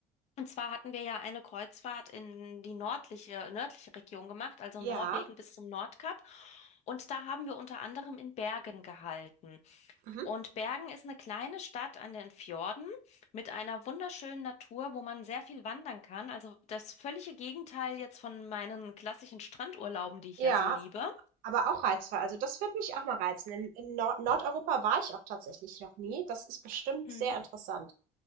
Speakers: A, on the left; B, on the right.
A: Und zwar hatten wir ja eine Kreuzfahrt in die nördliche, nördliche Region gemacht, also
B: Ja.
A: Norwegen bis zum Nordkap. Und da haben wir unter anderem in Bergen gehalten.
B: Mhm.
A: Und Bergen ist eine kleine Stadt an den Fjorden mit einer wunderschönen Natur, wo man sehr viel wandern kann. Also das völlige Gegenteil jetzt von meinen klassischen Strandurlauben, die ich
B: Ja.
A: ja so liebe.
B: Aber auch reizvoll. Also das würde mich auch mal reizen. In, in Nord Nordeuropa war ich auch tatsächlich noch nie. Das ist bestimmt
A: Mhm.
B: sehr interessant.